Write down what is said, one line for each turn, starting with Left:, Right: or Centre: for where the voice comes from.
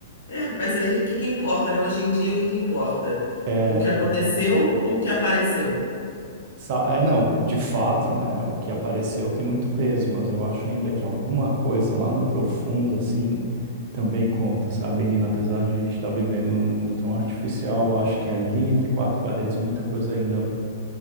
Left: É, mas aí o que que importa, né? Hoje em dia, o que que importa?
Right: É,
Left: O que aconteceu ou o que apareceu?
Right: sa- é não, co- de fato, né, o que apareceu tem muito peso, mas eu acho ainda que alguma coisa lá no profundo, assim, também conta, sabe, Nina? Apesar de a gente estar vivendo num mundo tão artificial, eu acho que ali entre quatro paredes muita coisa ainda